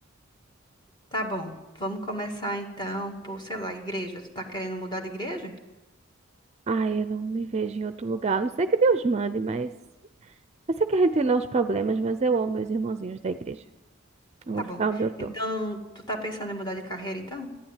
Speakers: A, on the left; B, on the right.
A: Tá bom. Vamos começar então por, sei lá, igreja. Tu tá querendo mudar de igreja?
B: Ai, eu não me vejo em outro lugar. A Não sei que Deus mande, mas. Eu sei que a gente tem os problemas, mas eu amo meus irmãozinhos da igreja. Eu
A: Tá
B: vou
A: bom.
B: ficar onde eu tô.
A: Então, tu tá pensando em mudar de carreira então?